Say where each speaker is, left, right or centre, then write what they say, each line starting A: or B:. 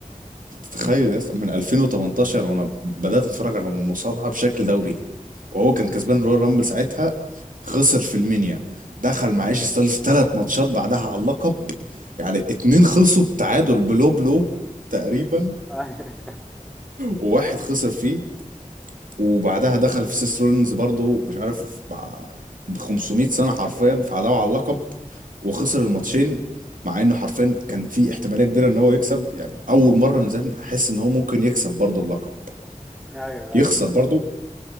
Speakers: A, on the right; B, in the centre.
A: تخيل يا اسطى من 2018 وانا بدأت اتفرج على المصارعة بشكل دوري وهو كان
B: أمم.
A: كسبان رويال رامبل ساعتها خسر في المنيا دخل مع ايش ستايلز ثلاث ماتشات بعدها على اللقب يعني اتنين خلصوا بتعادل بلو بلو تقريبا
B: <laughs>
A: وواحد خسر فيه وبعدها دخل في سيس رولينز برضه مش عارف ب 500 سنة حرفيا فعداوا على اللقب وخسر الماتشين مع انه حرفيا كان في احتماليه كبيره ان هو يكسب يعني اول مره من زمان احس ان هو ممكن يكسب برضه اللقب
B: ايوه
A: يخسر
B: ايوه
A: برضو